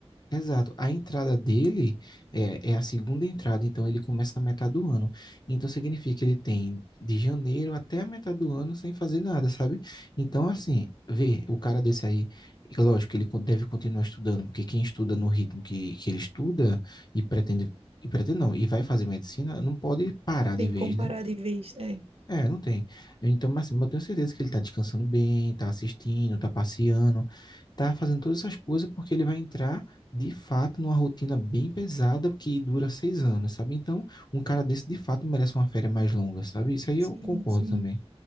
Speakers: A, on the left; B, on the right.
A: Exato. A entrada dele é, é a segunda entrada, então ele começa na metade do ano. Então significa que ele tem de janeiro até a metade do ano sem fazer nada, sabe? Então, assim, vê, o cara desse aí, é lógico que ele co- deve continuar estudando, porque quem estuda no ritmo que, que ele estuda e pretende, e pretende não, e vai fazer medicina, não pode parar
B: Não tem
A: de vez,
B: como
A: né?
B: parar de vez. É,
A: É, não tem. Então, mas assim, eu tenho certeza que ele tá descansando bem, tá assistindo, tá passeando, tá fazendo todas essas coisas porque ele vai entrar, de fato, numa rotina bem pesada que dura seis anos, sabe? Então, um cara desse, de fato, merece uma férias mais longa, sabe? Isso aí eu
B: sim,
A: concordo
B: sim.
A: também.